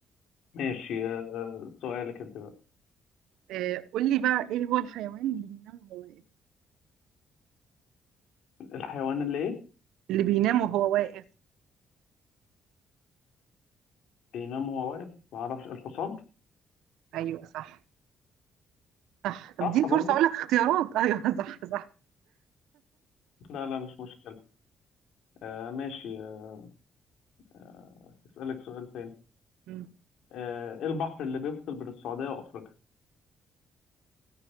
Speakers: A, on the left; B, on the right.
A: ماشي آه، سؤالك انت بقى
B: آه، قول لي بقى ايه هو الحيوان اللي بينام وهو واقف
A: الحيوان اللي ايه
B: اللي بينام وهو واقف
A: بينام وهو واقف معرفش الحصان
B: ايوه صح صح طب
A: صح
B: دي فرصة
A: برضو
B: اقول لك اختيارات <laughs> ايوه صح صح
A: لا لا مش مشكلة آه ماشي آه، آه، اسألك سؤال تاني
B: مم.
A: آه ايه البحر اللي بيفصل بين السعودية وافريقيا